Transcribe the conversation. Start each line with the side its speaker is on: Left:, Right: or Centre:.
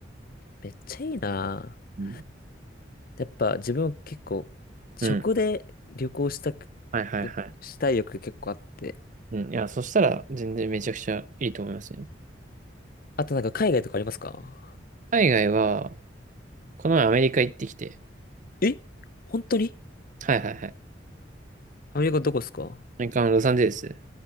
Left: めっちゃいいなあ。
Right: そうです
Left: やっぱ自分結構食で旅行したく、
Right: うん。うん。はいはいはい。
Left: 旅したい欲結構あって。
Right: うん。いや、そしたら、全然めちゃくちゃいいと思いますね。
Left: あとなんか海外とかありますか
Right: 海外は、この前アメリカ行ってきて、
Left: え本当に
Right: はいはいはい。ア
Left: アメリカどこですか
Right: メリカのロサンゼルス